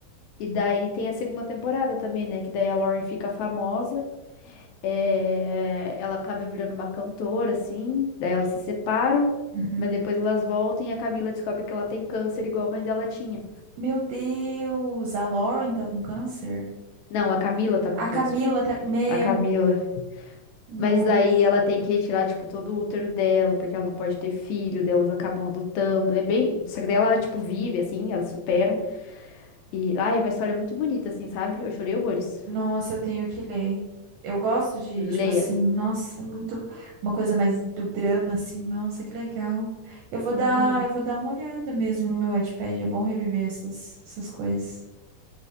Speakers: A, on the left; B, on the right.
A: E daí tem a segunda temporada também, né, que daí a Lauren fica famosa, é, ela acaba virando uma cantora, assim, daí elas se separam,
B: Uhum.
A: mas depois elas voltam e a Camila descobre que ela tem câncer igual a mãe dela tinha.
B: Meu Deus, a Lauren tá com câncer?
A: Não, a Camila tá com
B: A
A: câncer.
B: Camila tá. Meu,
A: A Camila
B: nossa.
A: Mas daí ela tem que retirar, tipo, todo o útero dela, porque ela não pode ter filho, daí elas acabam adotando. É bem. Só que daí ela, tipo, vive, assim, elas superam. E, ai, é uma história muito bonita, assim, sabe? Eu chorei horrores.
B: Nossa, eu tenho que ler. Eu gosto de,
A: Juro,
B: tipo
A: Leia.
B: assim, nossa, é muito uma coisa mais do drama, assim, nossa, que legal. Eu vou
A: Uhum.
B: dar, eu vou dar uma olhada mesmo no meu Wattpad, é bom reviver essas, essas coisas.